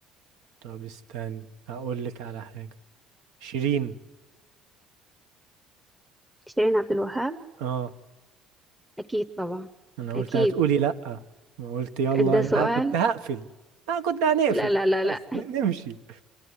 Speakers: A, on the right; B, in the centre.
A: طب استني هقول لك على حاجة شيرين
B: شيرين عبد الوهاب
A: اه
B: اكيد طبعا
A: انا
B: اكيد
A: قلت هتقولي لا ما قلت يلا
B: ده
A: انا
B: سؤال
A: كنت هقفل اه كنت هنقفل
B: لا لا لا لا
A: خلاص ن- نمشي